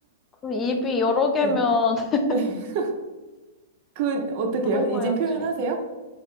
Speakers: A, on the left; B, on the right.
A: 그 입이 여러 개면
B: 네.
A: <laughs>
B: 네. <laughs> 그 어떻게
A: 물어봐야지.
B: 해요? 이젠 표현하세요?